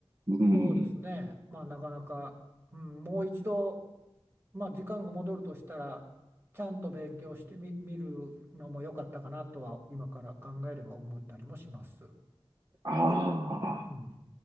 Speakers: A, on the right; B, on the right.
A: うん。
B: そうですね、まあ、なかなか、うん、もう一度、まあ、時間が戻るとしたら、ちゃんと勉強してみ、見るのも良かったかなとは、今から考えれば思ったりもします。
A: あ
B: うん。
A: あ。